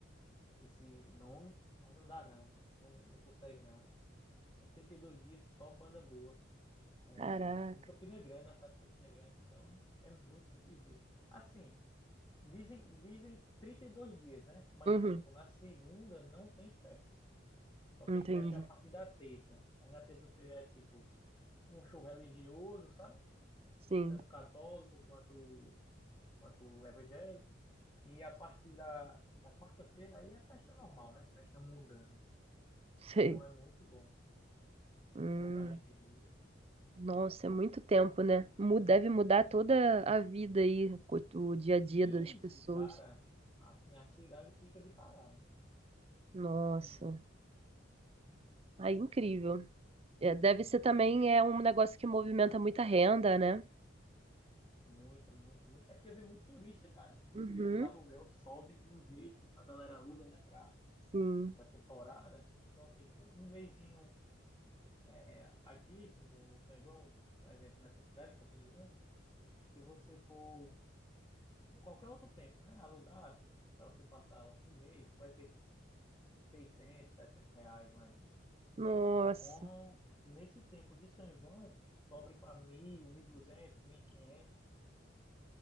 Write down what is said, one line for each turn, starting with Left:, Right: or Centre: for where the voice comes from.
Left: esse nome, mas não dá não, não, não consegue não. São 32 dias só banda boa. É,
Right: Caraca.
Left: em Campina Grande, na cidade de Campina Grande, então é muito, muitos dias. Assim, dizem, dizem 32 dias, né? Mas
Right: Uhum,
Left: tipo, na segunda não tem festa. Só tem
Right: entendi.
Left: festa a partir da terça. Aí na terça-feira é tipo um show religioso, sabe?
Right: Sim,
Left: Tanto católico quanto, quanto evangélico. E a partir da, da quarta-feira aí é festa normal, né? Festa mundana.
Right: <laughs> sei.
Left: Então é muito bom.
Right: Hum,
Left: Muito bom pra gente ir.
Right: nossa, é muito tempo, né? Mu- Deve mudar toda a vida aí, co- o dia a dia
Left: Isso,
Right: das pessoas.
Left: cara, assim, a cidade fica de parar, né?
Right: Nossa,
Left: É muito,
Right: aí incrível. É, deve ser também é um negócio que movimenta muita renda, né?
Left: muito, muito, muito. É porque vem muito turista, cara. Muito
Right: Uhum,
Left: turista, os aluguel sobe de um jeito. A galera aluga, né, pra,
Right: sim.
Left: pra temporada. Então, tipo, um mesinho é, aqui no, no São João, por exemplo, nessa cidade, em Campina Grande, se você for em qualquer outro tempo, né, alugar, tipo, pra você passar um mês, vai ser, tipo, 600, 700 reais mais ou menos.
Right: Nossa,
Left: Aí, com, nesse tempo de São João, sobre para 1.000, 1.200, quinhentos,